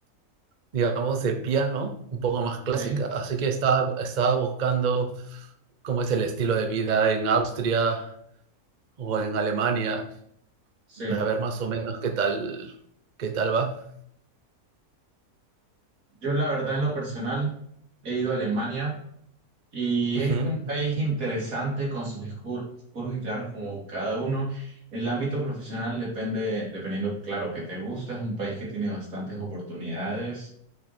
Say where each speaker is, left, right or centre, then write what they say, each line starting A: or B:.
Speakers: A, on the right; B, on the right.
A: digamos, de piano, un poco más clásica.
B: Sí,
A: Así que estaba, estaba buscando cómo es el estilo de vida en Austria o en Alemania
B: sí.
A: para ver más o menos qué tal, qué tal va.
B: Yo la verdad en lo personal he ido a Alemania y
A: Ujú,
B: es un país interesante con sus oscuros, oscuros y claros como cada uno. El ámbito profesional depende, dependiendo, claro, que te gusta, es un país que tiene bastantes oportunidades